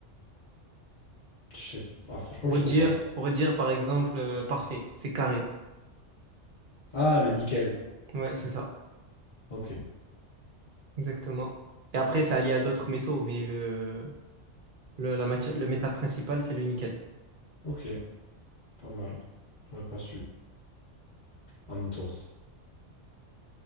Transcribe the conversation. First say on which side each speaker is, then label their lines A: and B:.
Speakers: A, on the left; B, on the right.
A: Je sais... Ah, franchement,
B: Pour
A: je sais
B: dire,
A: pas.
B: pour dire, par exemple, euh, parfait, c'est carré.
A: Ah, le nickel.
B: Ouais, c'est ça.
A: Ok.
B: exactement. Et après, ça allie à d'autres métaux, mais le, le, la matière, le métal principal, c'est le nickel.
A: Ok. Pas mal. J'aurais pas su. À mon tour.